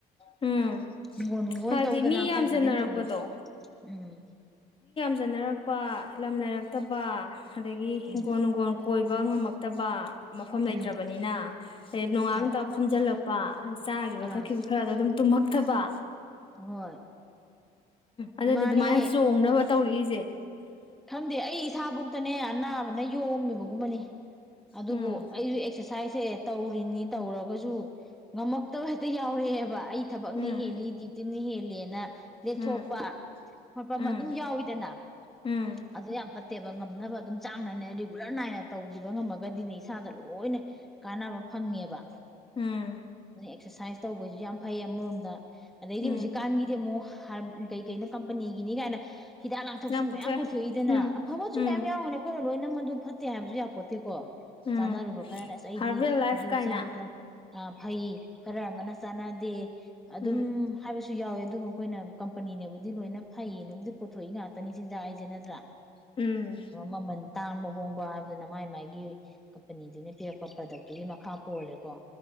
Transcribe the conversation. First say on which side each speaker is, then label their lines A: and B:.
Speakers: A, on the left; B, in the centre.
A: ꯎꯝ
B: ꯍꯤꯡꯒꯣꯜ ꯅꯨꯡꯒꯣꯜ
A: ꯍꯥꯏꯗꯤ
B: ꯇꯧꯗꯅ
A: ꯃꯤ
B: ꯍꯛꯆꯥꯡ
A: ꯌꯥꯝꯖꯟꯅꯔꯛꯄꯗꯣ
B: ꯁꯥꯖꯦꯜ ꯇꯧꯕꯗꯣ ꯎꯝ
A: ꯐꯖꯅꯔꯛꯄ ꯂꯝ ꯂꯩꯔꯛꯇꯕ ꯑꯥ ꯑꯗꯒꯤ ꯍꯤꯡꯒꯣꯜ
B: ꯎꯝ
A: ꯅ‌ꯣꯡꯒ‌ꯣꯜ ꯀꯣꯏꯕ ꯉꯝꯃꯛꯇꯕ ꯃꯐꯝ ꯂꯩꯇ꯭ꯔꯕꯅꯤꯅ
B: ꯎꯝ
A: ꯍ‌ꯦꯛ ꯅꯣꯡꯉꯥꯟ
B: ꯍꯣꯏ
A: ꯅꯨꯃꯤꯠ ꯇꯥꯐꯧ ꯐꯝꯖꯤꯜꯂꯛ ꯄ ꯆꯥꯈꯤꯕ
B: ꯑꯥ
A: ꯊꯛꯈꯤꯕ ꯈꯔꯗꯣ ꯑꯗꯨꯝ ꯇꯨꯝꯍ ꯃꯛꯇꯕ
B: ꯍꯣꯏ
A: ꯑꯗꯨꯅ
B: ꯃꯥꯅꯦ
A: ꯑꯗꯨꯃꯥꯏꯅ ꯆꯣꯡꯅꯕ ꯇꯧꯔꯛꯏꯁꯦ
B: ꯈꯪꯗꯦ ꯑꯩ ꯏꯁꯥꯕꯨꯛ ꯇꯅꯦ ꯑꯅꯥꯕꯅ ꯌꯣꯝꯃꯤꯕꯒꯨꯝꯕꯅꯤ ꯑꯗꯨꯕꯨ
A: ꯎꯝ
B: ꯑꯩꯁꯨ ꯑꯦꯛꯁꯔꯁꯥꯏꯁ ꯁꯦ ꯇꯧꯔꯤꯅꯤ ꯇꯧꯔꯒꯁꯨ ꯉꯝꯃꯛꯇꯕ ꯍꯦꯛꯇ ꯌꯥꯎꯔꯛꯑꯦꯕ ꯑꯩ ꯊꯕꯛꯅ
A: ꯎꯝ
B: ꯍꯦꯜꯂꯤ ꯗꯌꯨꯇꯤꯅ ꯍꯦꯜ ꯏꯅ ꯂꯦꯛꯊꯣꯛꯄ
A: ꯎꯝ
B: ꯈꯣꯠꯄ
A: ꯎꯝ
B: ꯑꯃ ꯑꯗꯨꯝ ꯌꯥꯎꯋꯤꯗꯅ
A: ꯎꯝ
B: ꯑꯗꯨꯗ ꯌꯥꯝ ꯐꯠꯇꯦꯕ ꯉꯝꯅꯕ ꯑꯗꯨꯝ ꯆꯥꯡꯅꯅꯦ ꯔꯤꯒꯨꯂꯔ ꯅꯥꯏꯅ ꯇꯧꯈꯤꯕ ꯉꯝꯃꯒꯗꯤꯅꯦ ꯏꯁꯥꯗ ꯂꯣꯏꯅ ꯀꯥꯟꯅꯕ ꯐꯪꯉꯦꯕ
A: ꯎꯝ
B: ꯑ ꯑꯦꯛꯁꯔꯁꯥꯏꯁ ꯇꯧꯕꯁꯨ ꯌꯥꯝ ꯐꯩ ꯑꯃꯔꯣꯝꯗ ꯑꯗꯩꯗꯤ
A: ꯎꯝ
B: ꯍꯧꯖꯤꯛꯀꯥꯟꯒꯤꯗꯤ ꯑꯃꯨꯛ ꯀꯩ ꯀꯩꯅꯣ ꯀꯝꯄꯅꯤꯒꯤꯅꯤ ꯀꯥꯏꯅ ꯍꯤꯗꯥꯛ ꯂꯥꯡꯊꯛꯁꯨ
A: ꯌꯥꯝ ꯄꯨꯊꯣꯛꯑꯦ
B: ꯃꯌꯥꯝ ꯄꯨꯊꯣꯛꯏꯗꯅ
A: ꯎꯝ
B: ꯑꯐꯕꯁꯨ
A: ꯎꯝ
B: ꯃꯌꯥꯝ ꯌꯥꯎꯅꯤ ꯑꯩꯈꯣꯏꯅ ꯂꯣꯏꯅ ꯃꯗꯨ ꯐꯠꯇꯦ ꯍꯥꯏꯕꯁꯨ ꯌꯥꯄꯣꯠꯇꯦꯀꯣ
A: ꯎꯝ
B: ꯆꯥꯅꯔꯨꯕ ꯈꯔꯅꯦ ꯑꯁ ꯑꯩꯗꯤ
A: ꯍꯥꯔꯕꯦꯜ ꯂꯥꯏꯐ
B: ꯑꯗꯨ
A: ꯀꯥꯏꯅ
B: ꯆꯥꯕꯗ ꯐꯩ ꯈꯔ ꯑꯃꯅ ꯆꯥꯟꯅꯗꯦ ꯑꯗꯨꯝ
A: ꯎꯝ
B: ꯍꯥꯏꯕꯁꯨ ꯌꯥꯎꯋꯦ ꯑꯗꯨꯕꯨ ꯑꯩꯈꯣꯏꯅ ꯀꯝꯄꯅꯤꯅꯕꯨꯗꯤ ꯂꯣꯏꯅ ꯐꯩꯌꯦꯅꯕꯨꯗꯤ ꯄꯨꯊꯣꯛꯏ ꯉꯥꯛꯇꯅꯤ ꯁꯤꯗꯁꯦ ꯅꯠꯇ꯭ꯔꯥ
A: ꯎꯝ
B: ꯃꯃꯜ ꯇꯥꯡꯕ ꯍꯣꯡꯕ ꯍꯥꯏꯕꯗꯨꯅ ꯃꯥꯏ ꯃꯥꯥꯏꯒꯤ ꯀꯝꯄꯅꯤꯗꯨꯅ ꯄꯤꯔꯛꯄ ꯄ꯭ꯔꯗꯛꯇꯨꯒꯤ ꯃꯈꯥ ꯄꯣꯜꯂꯦꯀꯣ